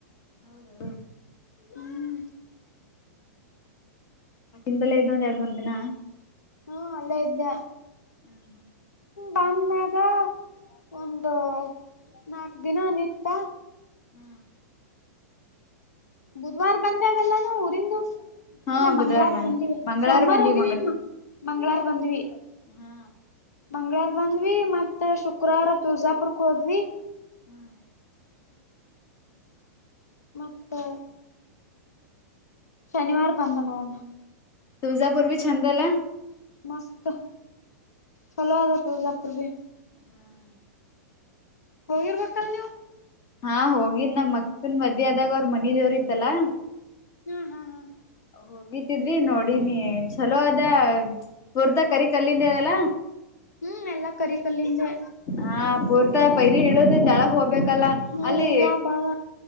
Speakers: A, on the left; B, on the left.
A: ಹೌದು
B: ಹ್ಮ್
A: ಆಕನ್ ಬೆಲ್ಲೇ ಇದು ಒಂದ ಎರಡ್ ಮೂರ್ ದಿನ
B: ಹ್ಮ ಅಲ್ಲೇ ಇದ್ದ
A: ಹ್ಮ್ ಹ್ಮ್
B: ಬಂದ್ಮ್ಯಾಗ ಒಂದು ನಾಕ್ ದಿನ ನಿತ್ತ
A: ಹ್ಮ್
B: ಬುಧ್ವಾರ ಬಂದಾವಲ್ಲ ನಾ ಊರಿಂದು
A: ಹಾ
B: ಇಲ್ಲ ಮಂಗ್ವಾರ
A: ಬುಧವಾರ ಬಂದ
B: ಬಂದಿವ
A: ಮಂಗಳವಾರ
B: ಸೋಮವಾರ
A: ಬಂದಿವಿ
B: ಹೋಗಿವಮ್ಮ ಮಂಗ್ಗಳಾರ ಬಂದ್ವಿ
A: ಹಾ
B: ಮಂಗ್ಗಳವಾರ ಬಂದ್ವಿ ಮತ್ತ ಶುಕ್ರವಾರ ತುಳ್ಜಾಪುರ್ಕ್ ಹೋದ್ವಿ
A: ಹ್ಮ್
B: ಮತ್ತೆ ಶನಿವಾರ ಬಂದ ನೋಡಣ
A: ತುಜಾಪೂರ್ವಿ ಛಂದಲ್ಲ
B: ಮಸ್ತ್ ಚಲವದ ತು ಜಪ ಬಿ
A: ಹ್ಮ್
B: ಹೋಗಿರ್ಬೇಕಲ್ ನೀವು
A: ಹಾ ಹೋಗಿ ನಮ್ಮ ಮಕ್ಕನ್ ಮದೆ ಆದಾಗ ಅವ್ರ ಮನ ದೇವ್ರ ಇತ್ತಲ್ಲಾ
B: ಹಾ ಹಾ ಹಾ
A: ಹೋಗಿತಿದ್ವಿ ನೋಡಿನಿ ಚಲೋ ಅದ ಹೊರ್ತ ಕರಿ ಕಲ್ಲಿಂದ ಅದಲ್ಲ
B: ಹ್ಮ್ ಎಲ್ಲಾ ಕರಿ ಕಲ್ಲಿದ್ದೆ
A: ಹಾ ಪೂರ್ತ ಪೈರಿ ಇಡುದ ತಳಗ ಹೋಗ್ಬೇಕಲ್ಲ
B: ಹೂವ
A: ಅಲ್ಲಿ
B: ಬಾಳ